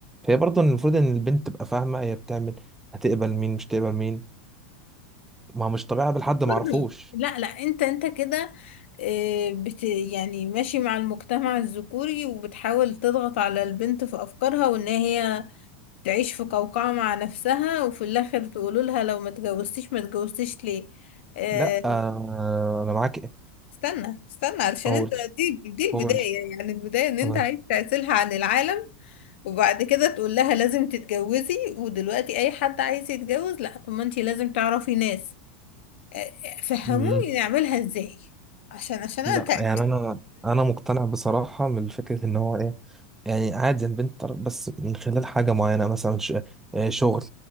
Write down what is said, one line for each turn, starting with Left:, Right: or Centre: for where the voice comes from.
Centre: فهي برضه المفروض إن البنت تبقى فاهمة هي بتعمل هتقبل مين مش تقبل مين ما هو مش طبيعي أقابل حد
Left: حر
Centre: معرفوش
Left: لا لا انت انت كده إيه، بت يعني ماشي مع المجتمع الذكوري وبتحاول تضغط على البنت في افكارها وان هي تعيش في قوقعة مع نفسها وفي الآخر تقولوا لها لو ما اتجوزتيش ما اتجوزتيش ليه آه،
Centre: لأ آه أنا معاك إيه
Left: استنى استنى علشان
Centre: قول
Left: انت دي دي البداية
Centre: قول
Left: يعني البداية ان انت
Centre: آه.
Left: عايز تعزلها عن العالم وبعد كده تقول لها لازم تتجوزي ودلوقتي اي حد عايز يتجوز لا طب ما انت لازم تعرفي ناس آه، آه، فهموني
Centre: مم.
Left: نعملها ازاي عشان عشان انا
Centre: لأ
Left: تعبت
Centre: يعني أنا أنا مقتنع بصراحة من فكرة إن هو إيه يعني عادي البنت تعرف بس من خلال حاجة معينة مثلا ش- آه، شغل